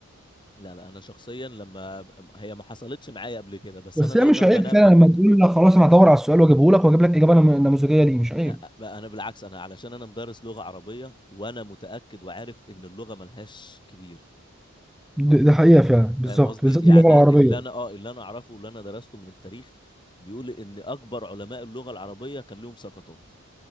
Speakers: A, on the left; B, in the centre.
A: لا لا انا شخصيا لما هي ما حصلتش معايا قبل كده بس
B: بس
A: انا دايما
B: هي مش
A: بنبه
B: عيب فعلا لما تقول لا خلاص انا هدور على السؤال واجيبه لك واجيب لك اجابه نم- نموذجيه ليه مش عيب
A: أ- أ- انا بالعكس انا علشان انا مدرس لغه عربيه وانا متاكد وعارف ان اللغه ملهاش كبير
B: ده ده حقيقة فعلا بالظبط
A: فاهم قصدي
B: بالذات
A: يعني
B: اللغة العربية
A: اللي انا اه اللي انا اعرفه واللي انا درسته من التاريخ بيقول ان اكبر علماء اللغه العربيه كان لهم سقطات